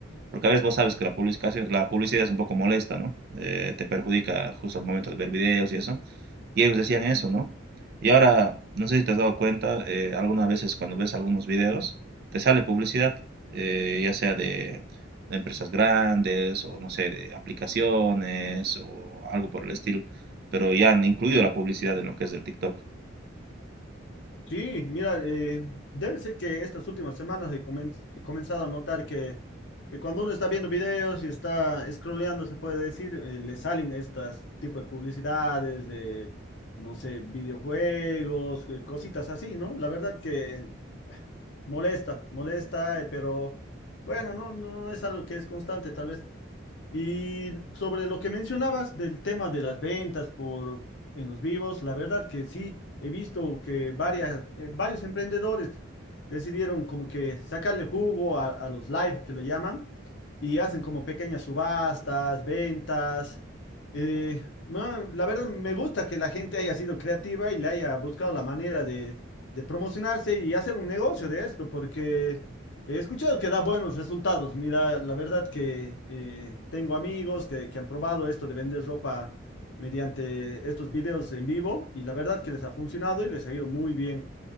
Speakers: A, on the right (about 50°); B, on the left (about 65°).
A: Porque a veces vos sabes que la publicación, la publicidad es un poco molesta, ¿no? Eh, te perjudica justo al momento de ver videos y eso. Y ellos decían eso, ¿no? Y ahora, no sé si te has dado cuenta, eh, algunas veces cuando ves algunos videos, te sale publicidad, eh, ya sea de, de empresas grandes o, no sé, de aplicaciones o algo por el estilo, pero ya han incluido la publicidad en lo que es el TikTok.
B: Sí, mira, eh, debe ser que estas últimas semanas he, comen- he comenzado a notar que, que cuando uno está viendo videos y está scrolleando, se puede decir, eh, le salen estas tipo de publicidades de, no sé, videojuegos, eh, cositas así, ¿no? La verdad que Molesta, molesta, eh, pero bueno, no, no es algo que es constante, tal vez. Y sobre lo que mencionabas del tema de las ventas por en los vivos, la verdad que sí, he visto que varias, eh, varios emprendedores decidieron como que sacarle jugo a, a los live que lo llaman y hacen como pequeñas subastas, ventas. eh, no, la verdad me gusta que la gente haya sido creativa y le haya buscado la manera de, de promocionarse y hacer un negocio de esto, porque He escuchado que da buenos resultados. Mira, la verdad que eh, tengo amigos que, que han probado esto de vender ropa mediante estos videos en vivo y la verdad que les ha funcionado y les ha ido muy bien.